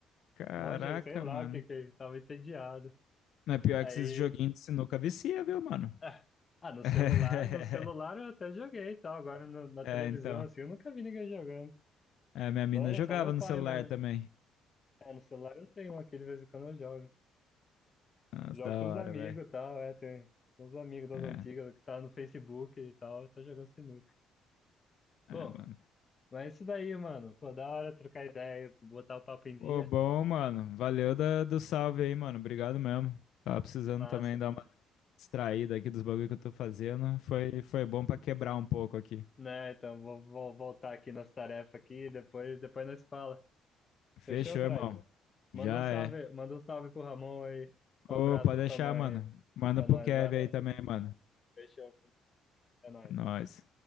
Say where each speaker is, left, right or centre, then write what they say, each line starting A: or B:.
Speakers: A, on the left; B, on the left.
A: Caraca,
B: Mó jogo, sei lá
A: mano.
B: o que que. ele Tava entediado.
A: Mas pior
B: Aí.
A: que esses joguinhos de sinuca vicia, viu, mano?
B: Ah, ah, no
A: <laughs>
B: celular, no celular eu até joguei e tal. Agora no- na
A: É,
B: televisão,
A: então.
B: assim, eu nunca vi ninguém jogando.
A: É, minha mina
B: Só, é,
A: jogava
B: só meu
A: no
B: pai
A: celular
B: mesmo.
A: também.
B: É, no celular eu tenho um aqui, de vez em quando eu jogo.
A: Nossa,
B: Jogo
A: da
B: com
A: hora,
B: os amigos
A: velho.
B: e tal, é, tem uns amigos das
A: É,
B: antigas que tá no Facebook e tal, tá jogando sinuca. Bom,
A: mano.
B: mas é isso daí, mano. Pô, da hora trocar ideia, botar o papo em
A: Ô,
B: dia,
A: bom, mano. Valeu da, do salve aí, mano. Obrigado mesmo. Tava precisando
B: massa.
A: também dar uma distraída aqui dos bagulho que eu tô fazendo. Foi, foi bom pra quebrar um pouco aqui.
B: Né, então vou, vou voltar aqui nas tarefas aqui, depois, depois nós fala.
A: Fechou,
B: Fechou, Fred?
A: irmão.
B: Manda
A: Já
B: um salve,
A: é.
B: manda um salve pro Ramon aí. Um
A: Ô,
B: abraço
A: pode
B: à
A: deixar,
B: sua mãe
A: mano.
B: aí.
A: Manda
B: É
A: pro
B: nóis,
A: Kevin
B: valeu.
A: aí também, mano.
B: Fechou, fechou. é nóis.
A: Nós.